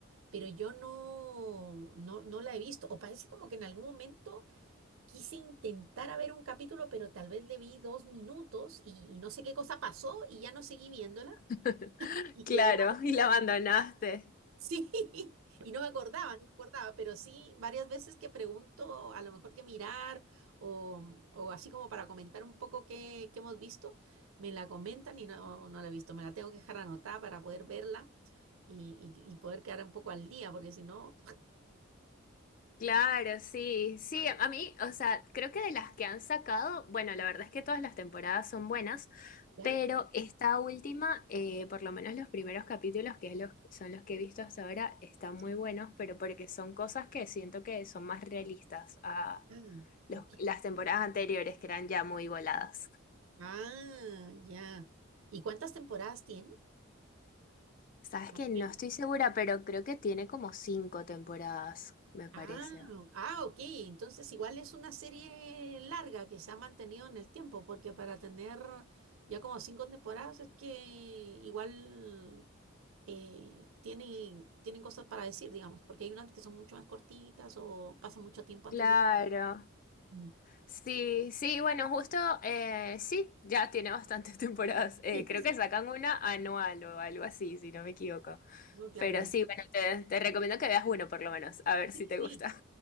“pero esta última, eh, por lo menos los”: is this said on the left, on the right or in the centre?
Left